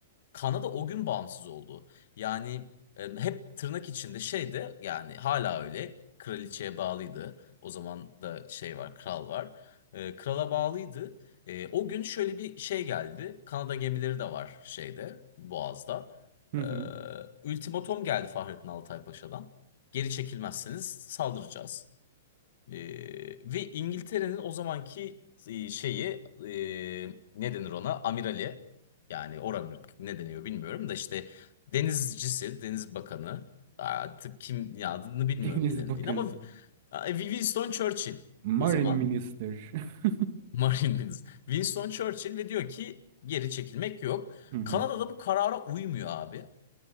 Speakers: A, on the left; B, on the right.
A: Kanada o gün bağımsız oldu. Yani e, hep tırnak içinde şeyde yani hala öyle kraliçeye bağlıydı. O zaman da şey var kral var. E, krala bağlıydı. E, o gün şöyle bir şey geldi. Kanada gemileri de var şeyde Boğaz'da.
B: Hı
A: E,
B: hı.
A: ultimatom geldi Fahrettin Altay Paşa'dan. Geri çekilmezseniz saldıracağız. Ee, ve İngiltere'nin o zamanki e, şeyi e, ne denir ona? Amirali yani oran ne deniyor bilmiyorum da işte denizcisi, deniz bakanı artık kim ya adını bilmiyorum
B: <laughs> Deniz
A: ne dendiğini
B: Bakanı.
A: ama e, Winston Churchill
B: Marine
A: o zaman
B: Minister. <laughs>
A: <laughs> Marine Minister. Winston Churchill ve diyor ki geri çekilmek yok.
B: Hı hı.
A: Kanada'da bu karara uymuyor abi